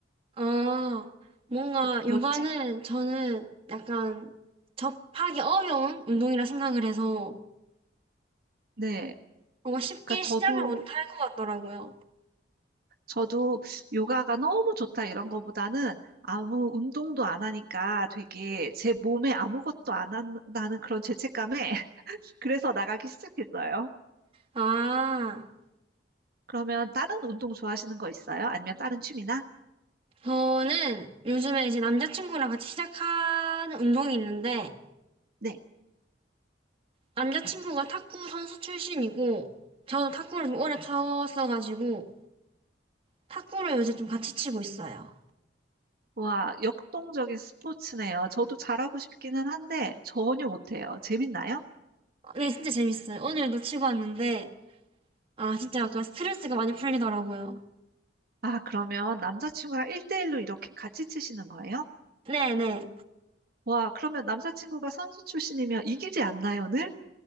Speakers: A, on the right; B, on the right.
A: 아, 뭔가
B: 뭐,
A: 요가는
B: 취미,
A: 저는 약간 접하기 어려운 운동이라 생각을 해서
B: 네.
A: 뭔가 쉽게
B: 그러니까 저도,
A: 시작을 못 할 것 같더라고요.
B: 저도 요가가 너무 좋다 이런 거보다는 아무 운동도 안 하니까 되게 제 몸에 아무것도 안 한다는 그런 죄책감에 <laughs> 그래서 나가기 시작했어요.
A: 아,
B: 그러면 다른 운동 좋아하시는 거 있어요? 아니면 다른 취미나?
A: 저는 요즘에 이제 남자친구랑 같이 시작하는 운동이 있는데,
B: 네.
A: 남자친구가 탁구 선수 출신이고, 저도 탁구를 좀 오래 쳤어가지고, 탁구를 요새 좀 같이 치고 있어요.
B: 와, 역동적인 스포츠네요. 저도 잘하고 싶기는 한데 전혀 못해요. 재밌나요?
A: 아, 네, 진짜 재밌어요. 오늘도 치고 왔는데, 아, 진짜 약간 스트레스가 많이 풀리더라고요.
B: 아, 그러면 남자친구랑 1대1로 이렇게 같이 치시는 거예요?
A: 네네.
B: 와, 그러면 남자친구가 선수 출신이면 이기지 않나요, 늘?